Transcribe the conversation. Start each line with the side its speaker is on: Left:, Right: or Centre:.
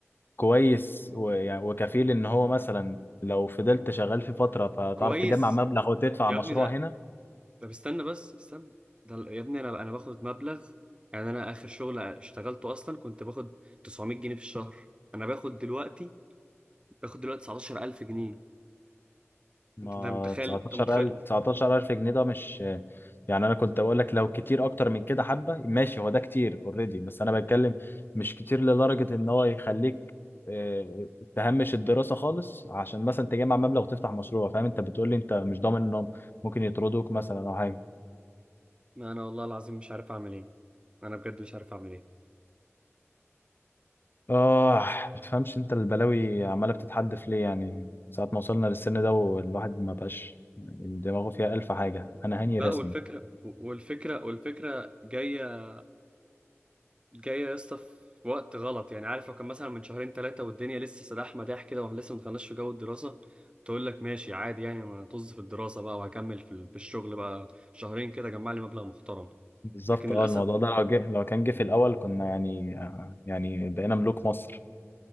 Left: كويس و- يعني وكفيل ان هو مثلا لو فضلت شغال في فتره فتعرف
Right: فكويس
Left: تجمع مبلغ وتدفع
Right: يا
Left: مشروع
Right: ابني ده
Left: هنا
Right: طب استنى بس استنى ده ال- يا ابني انا انا باخد مبلغ يعني انا اخر شغل اشتغلته اصلا كنت باخد 900 جنيه في الشهر انا باخد دلوقتي باخد دلوقتي 19000 جنيه
Left: ما
Right: انت انت متخيل
Left: 19000
Right: انت متخيل
Left: 19000 جنيه ده مش يعني انا كنت اقول لك لو كتير اكتر من كده حبه ماشي هو ده كتير اوريدي بس انا بتكلم مش كتير لدرجه ان هو يخليك آه، تهمش الدراسه خالص عشان مثلا تجمع مبلغ وتفتح مشروع فاهم انت بتقول لي انت مش ضامن انهم ممكن يطردوك مثلا او حاجه
Right: ما انا والله العظيم مش عارف اعمل ايه انا بجد مش عارف اعمل ايه
Left: اه ما تفهمش انت البلاوي عماله بتتحدف ليه يعني ساعه ما وصلنا للسن ده والواحد ما بقاش دماغه فيها الف حاجه انا هاني
Right: لا
Left: رسمي
Right: والفكره والفكره والفكره جايه جاية يا اسطى في وقت غلط يعني عارف لو كان مثلا من شهرين ثلاثة والدنيا لسه سداح مداح كده واحنا لسه ما دخلناش في جو الدراسة تقول لك ماشي عادي يعني انا طز في الدراسة بقى وهكمل في ال- في الشغل بقى شهرين كده جمع لي مبلغ محترم
Left: بالظبط
Right: لكن للأسف
Left: اه الموضوع ده لو جه لو كان جه في الاول كنا يعني آه، يعني بقينا ملوك مصر